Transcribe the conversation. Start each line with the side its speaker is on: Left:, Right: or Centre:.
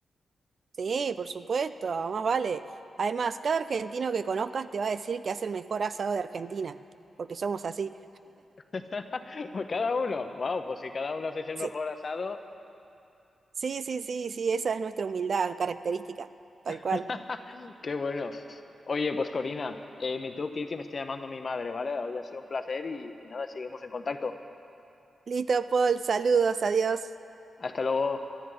Right: Sí, por supuesto, más vale. Además, cada argentino que conozcas te va a decir que hace el mejor asado de Argentina, porque somos así.
Left: <laughs> Pues cada uno. Wow, pues si cada uno hacéis el mejor
Right: <laughs>
Left: asado,
Right: Sí, sí, sí, sí, esa es nuestra humildad característica, tal
Left: <laughs>
Right: cual.
Left: qué bueno. Oye, pues Corina, eh, me tengo que ir que me está llamando mi madre, ¿vale? Hoy ha sido un placer y y nada, seguimos en contacto.
Right: Listo, Paul, saludos, adiós.
Left: Hasta luego.